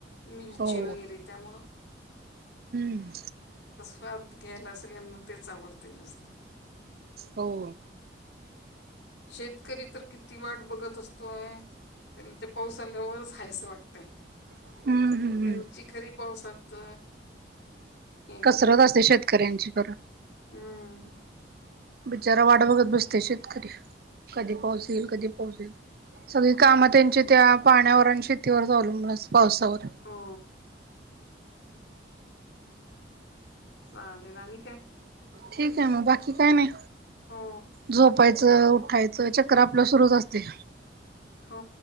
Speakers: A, on the left; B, on the right.
A: मिरची
B: हो
A: वगैरे त्यामुं
B: हम्!
A: स्वाद घ्यायला सगळ्यांना तेच आवडते जास्त.
B: हो.
A: शेतकरी तर किती वाट बघत असतोय तर ते पाऊस आल्यावरच हायसं वाटत.
B: हम्म हम्म हम्म
A: त्यांची खरी पावसात हे आहे
B: कसरत
A: म्हणजे
B: असते शेतकऱ्यांची खरं.
A: हम्म.
B: बिचारा वाट बघत बसते शेतकरी कधी पाोहचेल कधी पोहोचेल. सगळी कामं त्यांचे
A: हम्म
B: त्या पाण्यावर आणि शेतीवर चालू म्ह पावसावर
A: हो चालेला न काय?
B: ठीक आहे मग बाकी काय नाही
A: हो
B: झोपायचं. उठायचं चक्र आपलं सुरूच असते.
A: हो